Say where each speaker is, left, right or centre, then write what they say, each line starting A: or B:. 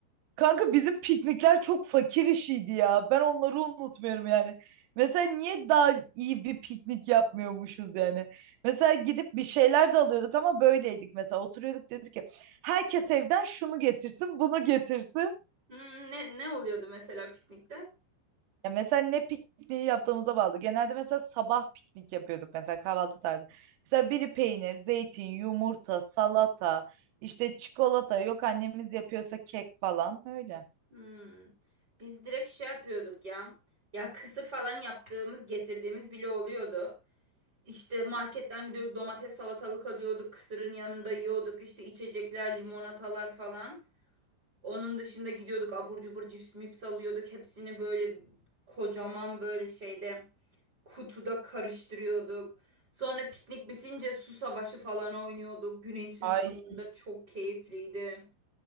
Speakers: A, on the right; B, on the right.
A: Kanka bizim piknikler çok fakir işiydi ya. Ben onları unutmuyorum yani. Mesela niye daha iyi bir piknik yapmıyormuşuz yani? Mesela gidip bir şeyler de alıyorduk ama böyleydik mesela. Oturuyorduk dedik ki herkes evden şunu getirsin, bunu getirsin.
B: Hmm, ne ne oluyordu mesela piknikte?
A: Ya mesela ne pikniği yaptığımıza bağlı. Genelde mesela sabah piknik yapıyorduk mesela kahvaltı tarzı. Mesela biri peynir, zeytin, yumurta, salata, işte çikolata, yok annemiz yapıyorsa kek falan öyle.
B: Hmm. Biz direkt şey yapıyorduk ya. Ya kısır falan yaptığımız, getirdiğimiz bile oluyordu. İşte marketten gidiyorduk, domates salatalık alıyorduk, kısırın yanında yiyorduk, işte içecekler, limonatalar falan. Onun dışında gidiyorduk abur cubur cips mips alıyorduk. Hepsini böyle kocaman böyle şeyde kutuda karıştırıyorduk. Sonra piknik bitince su savaşı falan oynuyorduk. Güneşin
A: Ay
B: altında çok keyifliydi.